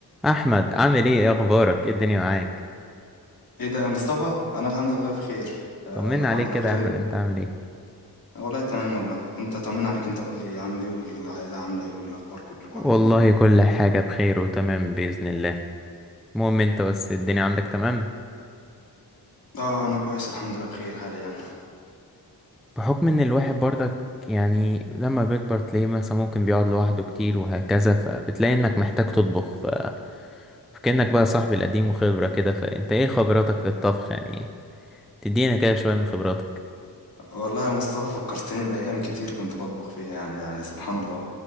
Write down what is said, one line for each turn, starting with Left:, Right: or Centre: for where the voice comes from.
Centre: احمد عامل ايه إيه اخبارك ايه الدنيا معاك
Left: ايه ده يا مصطفى انا الحمد لله بخير آه،
Centre: طمنا
Left: انا الحمد
Centre: عليك
Left: لله
Centre: كده
Left: بخير
Centre: يا احمد
Left: انت
Centre: انت عامل ايه
Left: والله تمام والله انت طمنا عليك انت قول لي عامل ايه والعائله عامله ايه والاخبار كلكم
Centre: والله
Left: عاملين ايه
Centre: كل حاجة بخير وتمام بإذن الله المهم انت بس الدنيا عندك تمام
Left: اه انا كويس الحمد لله بخير حاليا
Centre: بحكم ان الواحد برضك يعني لما بيكبر تلاقيه مثلا ممكن بيقعد لوحده كتير وهكذا فبتلاقي انك محتاج تطبخ ف فكأنك بقى صاحبي القديم وخبرة كده فانت ايه خبراتك في الطبخ يعني تدينا كده شوية من خبراتك
Left: والله يا مصطفى فكرتني بأيام كتير كنت بطبخ فيها يعني يعني سبحان الله